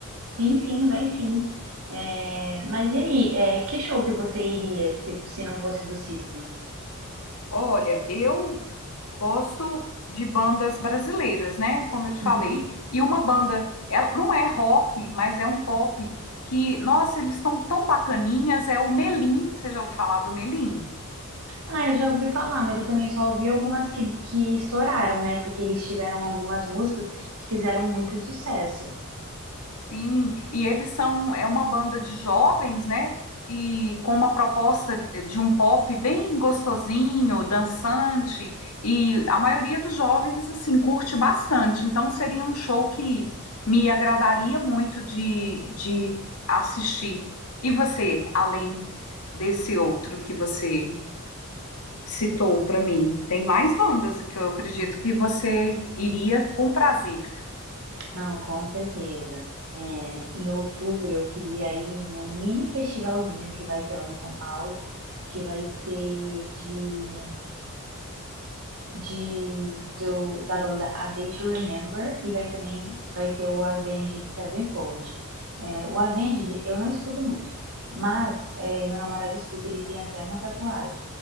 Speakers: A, on the right; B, on the left.
A: Sim, sim, vai sim. É, mas e aí, é, que show que você iria se, se não fosse do System?
B: Olha, eu gosto de bandas brasileiras, né? Como eu te
A: Uhum.
B: falei. E uma banda, ela não é rock, mas é um pop que, nossa, eles estão tão bacaninhas, é o Melim. Você já ouviu falar do Melim?
A: Ah, eu já ouvi falar, mas eu também só ouvi algumas que, que estouraram, né? Porque eles tiveram algumas músicas que fizeram muito sucesso.
B: Sim, e eles são, é uma banda de jovens, né? E com uma proposta de um pop bem gostosinho, dançante, e a maioria dos jovens, assim, curte bastante. Então, seria um show que me agradaria muito de, de assistir. E você, além desse outro que você citou para mim, tem mais bandas que eu acredito que você iria com prazer.
A: Não, com certeza. É, em outubro eu queria ir num mini festivalzinho que vai ter lá em São Paulo, que vai ser de, de do, da banda A Day to Remember e vai também vai ter o Avenged Sevenfold. É, o Avenged eu não escuto muito, mas é, meu namorado escuta, ele tem até uma tatuagem.